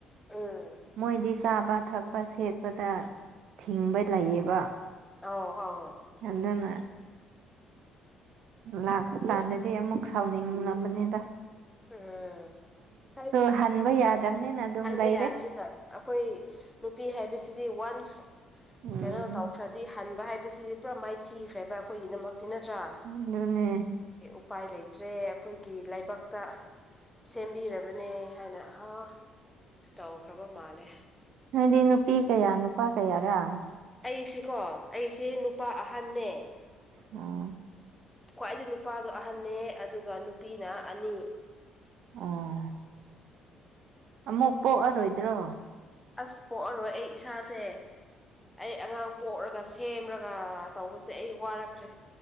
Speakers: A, in the centre; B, on the right (about 60°).
A: ꯎꯝ
B: ꯃꯣꯏꯗꯤ ꯆꯥꯕ ꯊꯛꯄ ꯁꯦꯠꯄꯗ ꯊꯤꯡꯕ ꯂꯩꯌꯦꯕ
A: ꯑꯧ ꯑꯧ
B: ꯅꯗꯨꯅ ꯂꯥꯛꯄ ꯀꯥꯟꯗꯗꯤ ꯑꯃꯨꯛ ꯁꯥꯎꯅꯤꯡꯅꯕꯅꯤꯗ
A: ꯎꯝ ꯍꯥꯏ
B: ꯍꯟꯕ ꯌꯥꯗ꯭ꯔꯕꯅꯤꯅ ꯑꯗꯨꯝ
A: ꯈꯟꯕ
B: ꯂꯩꯔꯦ
A: ꯌꯥꯗ꯭ꯔꯤꯅ ꯑꯩꯈꯣꯏ ꯅꯨꯄꯤ ꯍꯥꯏꯕꯁꯤꯗꯤ ꯗꯤ ꯋꯥꯟꯁ
B: ꯎꯝ
A: ꯀꯩꯅꯣ ꯇꯧꯈ꯭ꯔꯗꯤ ꯍꯟꯕ ꯍꯥꯏꯕꯁꯤꯗꯤ ꯄꯨꯔꯥ ꯃꯥꯏꯊꯤꯈ꯭ꯔꯦꯕ ꯑꯩꯈꯣꯏꯒꯤꯗꯃꯛꯇꯤ ꯅꯠꯇ꯭ꯔꯥ
B: ꯑꯗꯨꯅꯦ
A: ꯎꯄꯥꯏ ꯂꯩꯇ ꯇ꯭ꯔꯦ ꯑꯩꯈꯣꯏꯒꯤ ꯂꯥꯏꯕꯛꯇ ꯁꯦꯝꯕꯤꯔꯕꯅꯦ ꯍꯥꯏꯅ ꯑꯍ ꯇꯧꯈ꯭ꯔꯕ ꯃꯥꯜꯂꯦ
B: ꯍꯥꯏꯗꯤ ꯅꯨꯄꯤ ꯀꯌꯥ ꯅꯨꯄꯥ ꯀꯌꯥꯔ
A: ꯑꯩꯁꯦꯀꯣ ꯑꯩꯁꯦ ꯅꯨꯄꯥ ꯑꯍꯟꯅꯦ
B: ꯎꯝ
A: ꯈ꯭ꯋꯥꯏꯗꯤ ꯅꯨꯄꯥꯗꯣ ꯑꯍꯟꯅꯅꯦ ꯑꯗꯨꯒ ꯅꯨꯄꯤꯅ ꯑꯅꯤ
B: ꯑꯣ ꯑꯃꯨꯛ ꯀꯣꯛꯑꯔꯣꯏꯗ꯭ꯔꯣ
A: ꯑꯁ ꯄꯣꯛꯑꯔꯣꯏ ꯑꯩ ꯏꯁꯥꯁꯦ ꯑꯩ ꯑꯉꯥꯡ ꯄꯣꯛꯂꯒ ꯁꯦꯝꯔꯒ ꯇꯧꯕꯁꯦ ꯑꯩ ꯋꯥꯔꯛꯈ꯭ꯔꯦ